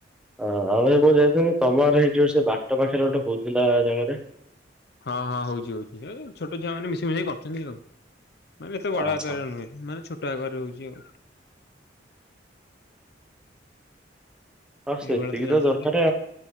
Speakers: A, in the centre; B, on the left (about 60°).
A: ହ ଆଉ ମୁଁ ଯାଇଥିଲି ତମର ଏଇଠି ସେ ବାଟ ପାଖରେ ଗୋଟେ ହଉଥିଲା ଜାଗାରେ।
B: ହଁ ହଁ ହଉଛି ହଉଛି ଛୋଟ ଛୁଆ ମାନ ମିଶ ମିଶେଇ କରିଛନ୍ତି ଆଉ। ମାନେ ଏତେ ବଡ
A: ଓହୋ।
B: ଆକାରରରେ ନୁହେଁ ମାନେ ଛୋଟ ଆକାରରେ ହଉଛି ଆଉ।
A: ହଁ ସେତିକି
B: ଏଇଭଳିଆ ଚାଲିଛି।
A: ତ ଦରକାର